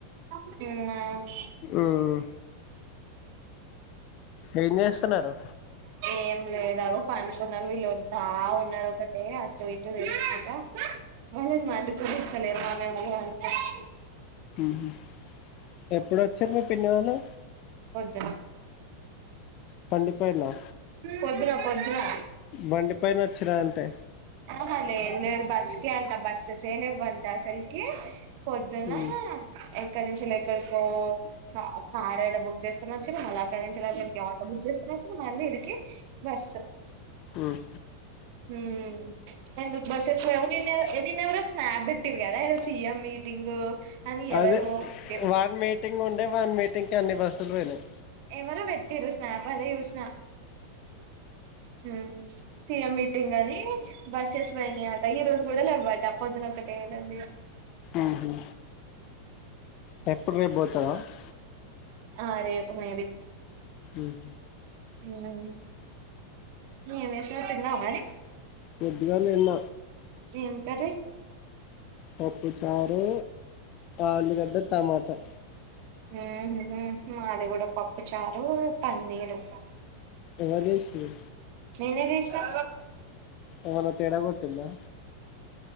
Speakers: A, on the right; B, on the left.
A: తిన్న.
B: ఉమ్. ఏం చేస్తున్నారు?
A: ఏం లేదా అగో పండుకున్నారు వీళ్ళు ఒర్రుతా ఉన్నారు ఒకటే అర. వల్లను వండుకొని ఇస్తలేరు వాళ్లేమో వండుతారు.
B: ఉహు ఎప్పుడొచ్చిరు మీ పిన్ని వాళ్ళు.
A: పొద్దున.
B: కంది పోయిలా.
A: పొద్దున పొద్దున.
B: బండి పైన వచ్చిర్రా అంటే.
A: ఆహా లేదు లేదు బస్కే అంట బస్సుసే లేవంట అసలుకి. పొద్దున
B: ఉమ్
A: ఎక్కడి నుంచల్లి ఎక్కడికో. కా కారు ఏదో బుక్ చేసుకొని వచ్చిర్రు మల్ల అక్కడి నుంచి అక్కడికి ఆటో బుక్ చేసుకుని వచ్చిరు మళ్ళీ ఇడికి. బస్సు.
B: ఉమ్.
A: హ్మ్. ఎందుకు బస్సెస్ లేవు నిన్న నిన్నెవరు స్నాప్ బెట్టిర్రు కదా ఏదో సిఎం మీటింగ్. అని ఎవరో
B: అదే
A: పెట్టిరు
B: వని మీటింగ్ ఉండే వని మీటింగ్ కి అన్ని బస్సులు పోయినాయి.
A: ఎవరో పెట్టింరు స్నాప్ అదే చూసిన. హుమ్ సీఎం మీటింగ్ అని బస్సెస్ పోయినయా. ఈరోజు కూడా లేవట పొద్దున ఒకటే లొల్లి ఇగా.
B: ఆహా పట్టు బి పోతావా <unintelligible>
A: ఆ రేపు మేబి
B: ఉం
A: <unintelligible> నమిేషమ తిన్నావా మరి
B: పొద్దుగాల తిన్న
A: ఏం కర్రీ
B: పప్పుచారు ఆలుగడ్డ టమాటా
A: ఆహా మాది కూడా పప్పు చారు పన్నీరు
B: ఎవరు చేశిర్రు
A: నేనే చేసినా
B: ఏమయిన తేడ కొట్టిందా